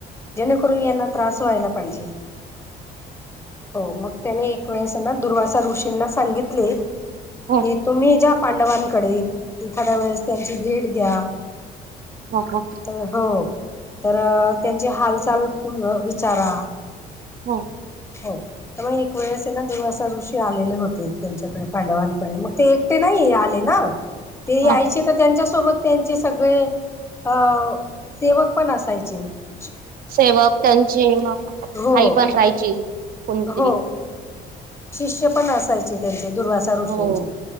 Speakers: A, on the left; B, on the right.
A: जेणेकरून यांना त्रास व्हायला पाहिजे. हो मग त्याने एक वेळेसना दुर्वासा ऋषींना सांगितले,
B: हो
A: कि तुम्ही ज्या पांडवांकडे एखाद्या वेळेस त्यांची भेट घ्या
B: हो
A: तर हो तर त्यांची हालचाल विचारा,
B: हो...
A: हो तर मग एक वेळेस ना दुर्वासा ऋषी आलेले होते त्यांच्याकडे पांडवांकडे मग ते एक- ते नाही आले ना ते यायचे
B: हो
A: तर त्यांच्या सोबत त्यांचे सगळे अ सेवक पण असत असायचे यायचे
B: सेवक त्यांची
A: हो
B: आई पण राहायची. पण तरी
A: हो शिष्य पण असायचे त्यांचे दुर्वासा ऋषींची
B: हो
A: चे